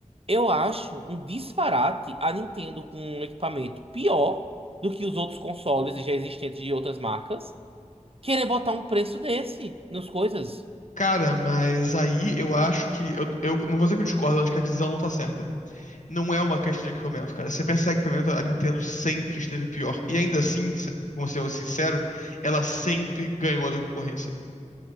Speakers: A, on the right (about 50°); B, on the left (about 75°).
A: Eu acho um disparate a Nintendo com um equipamento pior do que os outros consoles já existentes de outras marcas querer botar um preço desse nas coisas.
B: Cara, mas aí eu acho que. Eu, eu não vou dizer que eu discordo, eu acho que a visão não tá certa. Não é uma questão de equipamento, cara. Se você pensar em equipamento, a Nintendo sempre esteve pior. E ainda assim, se- como ser sincero, ela sempre ganhou da concorrência.